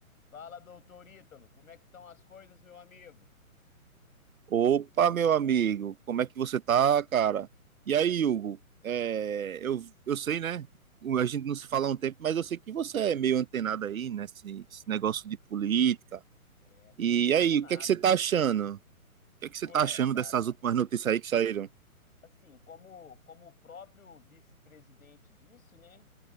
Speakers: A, on the left (about 70°); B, on the right (about 70°).
A: Fala, doutor Ítalo, como é que estão as coisas, meu amigo?
B: Opa, meu amigo, como é que você tá, cara? E aí, Hugo? É, eu, eu sei, né? A gente não se fala há um tempo, mas eu sei que você é meio antenado aí, né? Esse, esse negócio de política.
A: É, sempre
B: E
A: antenado,
B: aí, o que é que você
A: né?
B: tá achando? O que é que você
A: Ué,
B: tá achando
A: cara,
B: dessas últimas notícias aí que saíram?
A: assim, como, como o próprio vice-presidente disse, né?